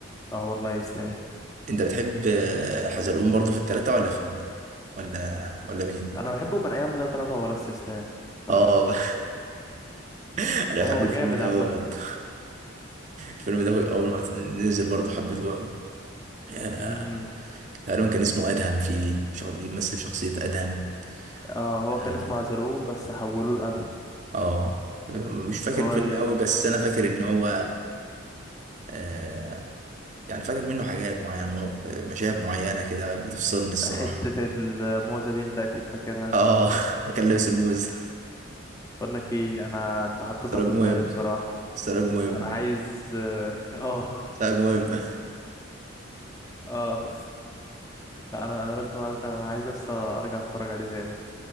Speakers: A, on the left; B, on the right.
A: اه والله يستاهل
B: انت بتحب آه، حزلقوم برضو في التلاتة ولا في ال... ولا ولا مين؟
A: انا بحبه من ايام لا تراجع ولا استسلام ف
B: اه <laughs> انا
A: لا
B: بحب
A: هو
B: الفيلم
A: جامد
B: ده
A: عامة
B: قوي برضه الفيلم ده اول ما نزل برضه حبيته قوي آه،
A: امم
B: تقريبا كان اسمه ادهم فيه شخ- بيمثل شخصية ادهم
A: اه هو
B: اه
A: كان اسمه عزلقوم بس حولوه لأدهم
B: آه. مش فاكر
A: اللي هو
B: الفيلم
A: ال-
B: قوي بس انا فاكر ان هو آه يعني فاكر منه حاجات معينة مو- مشاهد معينة كده بتفصلني الصراحة
A: حتة الموزة دي انت اكيد فاكرها
B: اه <laughs> وكان لابس الموز
A: بقول لك ايه انا انت حطيتها
B: سراج
A: في دماغي
B: مهم
A: بصراحة
B: سراج مهم
A: انا عايز <laughs> اه
B: سراج مهم
A: اه لا انا انا لازم انا عايز لسه ارجع اتفرج عليه تاني